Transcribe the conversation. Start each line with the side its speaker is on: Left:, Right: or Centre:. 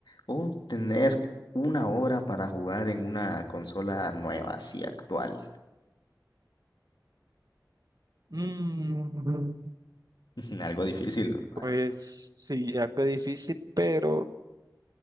Left: o tener una hora para jugar en una consola nueva, así actual.
Right: Mm, <laughs>
Left: <laughs> Algo difícil, ¿verdad?
Right: pues sí, algo difícil, pero